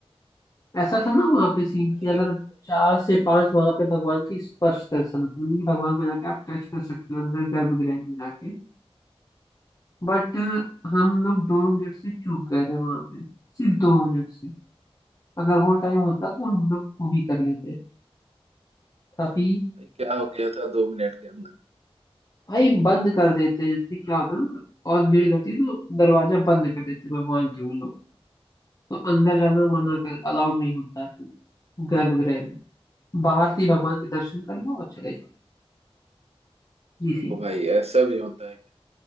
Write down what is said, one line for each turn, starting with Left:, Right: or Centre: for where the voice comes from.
Left: ऐसा था ना वहां पे सीन
Right: भाई
Left: कि अगर चार से पांच वहां पे भगवान की स्पर्श दर्शन होता है यानी कि भगवान को जाके आप टच कर सकते हो अंदर गर्भगृह में जाके बट हम लोग दो मिनट से चूक गए थे वहां पे सिर्फ दो मिनट से अगर वो टाइम होता तो हम लोग वो भी कर लेते काफी
Right: भाई क्या हो गया था दो मिनट के अंदर
Left: भाई बंद कर देते इससे क्या होता है ना और भीड़ लगती है तो दरवाजा बंद कर देते भगवान के वो लोग तो अंदर जाना मना कर अलाउड नहीं होता है फिर गर्भगृह में बाहर से ही भगवान के दर्शन कर लो और चले जाओ ये
Right: ओ
Left: सीन
Right: भाई
Left: था
Right: ऐसा भी होता है क्या